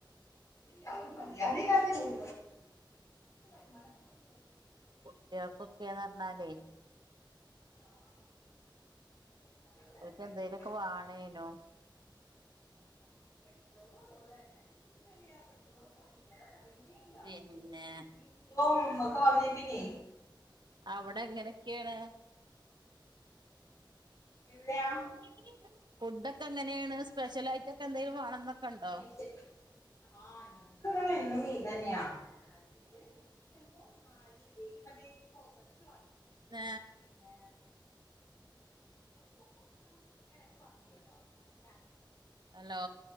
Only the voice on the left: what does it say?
അഹ് ഒരു മര്യാദ ഇല്ലാതെ <unintelligible> ണ് <unintelligible>
ആഹ് അതുപോലെ തന്നെ
പെട്രോൾ
പെട്രോളിന് ആഹ് പെട്രോളും അതുപോലെ തന്നെ എന്തൊരു <unintelligible>
യുദ്ധവും ഒക്കെ വന്നേ പിന്നെ
ഇവിടെയാ
സ്പേഷ്യൽ ആഹ് ഞങ്ങ്ക്ക് വ്ടെ എന്നും ഈതന്നെയാ ചെലെ <unintelligible> ചെലപ്പോ നാൾ ന്ന് <unintelligible> പോത്തെർച്ചി വാങ്ങി <unintelligible>
ന്നെ <unintelligible> വ ചിക്കന് <unintelligible> എടക് വാങ്ങും കേട്ടോ അങ്ങനെ